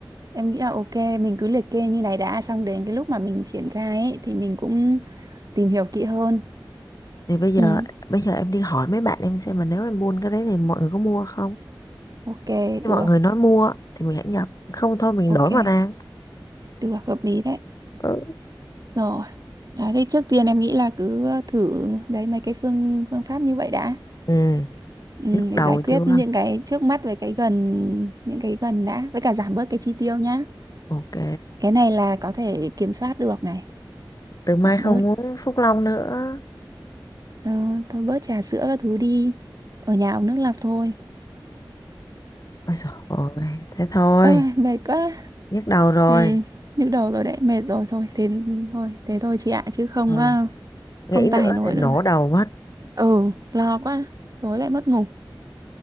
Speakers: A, on the right (about 50°); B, on the left (about 45°).
A: em nghĩ là ok mình cứ liệt kê như này đã xong đến cái lúc mà mình triển khai ấy, thì mình cũng tìm hiểu kỹ hơn
B: Thì bây giờ
A: ừ
B: bây giờ em đi hỏi mấy bạn em xem mà nếu em buôn cái đấy thì mọi người có mua không?
A: ok
B: Khi
A: được
B: mọi người nói mua thì mình hãy nhập, không thôi mình
A: ok
B: đổi mà ra.
A: được hợp lý đấy
B: Ừ.
A: rồi đấy thì trước tiên em nghĩ là cứ thử đấy mấy cái phương phương pháp như vậy đã
B: Ừ,
A: Ừ,
B: nhức
A: để
B: đầu
A: giải quyết
B: chưa?
A: những cái trước mắt với cái gần những cái gần đã với cả giảm bớt cái chi tiêu nhá
B: Ok,
A: cái này là có thể kiểm soát được này
B: từ mai
A: giảm bớt
B: không uống Phúc Long nữa.
A: ờ, thôi bớt trà sữa các thứ đi ở nhà uống nước lọc thôi
B: Ôi trời ơi, thế thôi,
A: ơi <laughs> mệt quá
B: nhức đầu rồi.
A: ừ, nhức đầu rồi đấy mệt rồi thôi thế thôi thế thôi chị ạ chứ không
B: Ừ,
A: à,
B: nghĩ
A: không tải
B: nữa
A: nổi
B: thì nổ
A: nữa rồi
B: đầu mất.
A: ừ lo quá tối lại mất ngủ